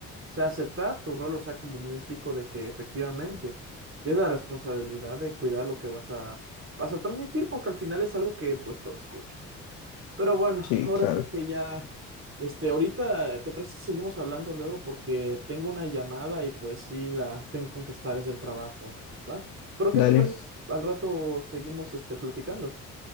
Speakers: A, on the right (about 30°); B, on the left (about 75°).
A: sea, aceptar tu rol, o sea, como músico, de que efectivamente tienes la responsabilidad de cuidar lo que vas a, vas a transmitir, porque al final es algo que pues todos escuchan. Pero bueno,
B: Sí,
A: ahora
B: claro.
A: sí que ya, este, ahorita, ¿te parece si seguimos hablando luego? Porque tengo una llamada y pues sí, la tengo con que estar, es del trabajo, ¿va? Pero ¿qué
B: Dale,
A: te parece? si Al rato seguimos, este, platicando.